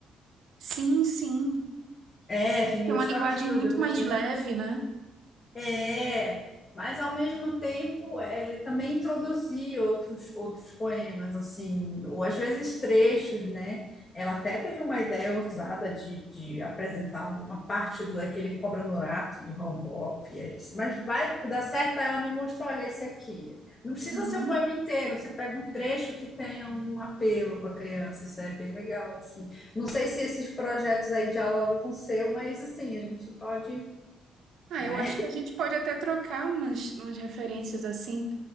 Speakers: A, on the right (about 70°); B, on the left (about 35°).
A: Sim, sim.
B: É, tem
A: Tem
B: o
A: uma
B: Isto
A: linguagem
B: Aquilo,
A: muito
B: depois
A: mais
B: tem
A: leve, né?
B: É, mas ao mesmo tempo é, também introduzir outros, outros poemas, assim, ou às vezes trechos, né? Ela até teve uma ideia ousada de, de apresentar uma parte do, daquele Cobra Norato, do Raul Bop, e aí disse, mas vai dar certo, Aí ela me mostrou, olha, esse aqui. Não precisa
A: Uhum.
B: ser o poema inteiro, você pega um trecho que tenha um apelo para a criança, isso é bem legal, assim. Não sei se esses projetos aí dialogam com o seu, mas assim, a gente pode,
A: Ah,
B: né?
A: eu acho que a gente pode até trocar umas, umas referências assim.